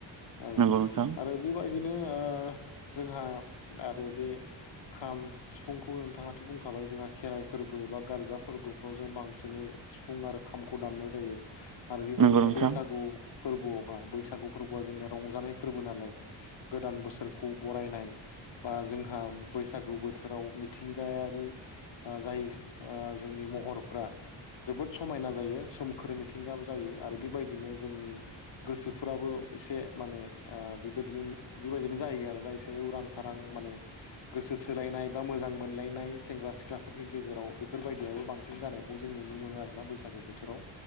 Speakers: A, on the left; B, on the right.
A: औ
B: नंगौ नोंथां
A: आरो बेबायदिनो ओ जोंहा आरो बे खाम सिफुंखौ नोंथाङाथ' बुंखाबाय जोंहा खेराइ फोरबो बा गारजा फोरबोफ्राव जों बांसिनै सिफुं आरो खामखौ दामनाय जायो आरो बेबायदिनो
B: नंगौ नोंथां
A: बैसागु फोरबोआवहा बैसागु फोरबोआ जोंनिया रंजानाय फोरबो नालाय गोदान बोसोर बोसोरखौ बरायनाय बा जोंहा बैसागु बोथोराव मिथिंगायारि जाय ओ जोंनि महरफ्रा जोबोद समायना जायो सोमखोर मिथिंगा जायो आरो बेबायदिनो जोंनि गोसोफोराबो एसे माने ओ बेबायदिनो बेबायदिनो जायो आरोना एसे उरां फारां माने <unintelligible> गोसो थोलायनाय बा मोजां मोजांमोनलायनाय सेंग्रा सिख्लाफोरनि गेजेराव बेफोर बायदियाबो बांसिन जानाय खौ जों नुनो मोनो आरोना बैसागो बोथोराव।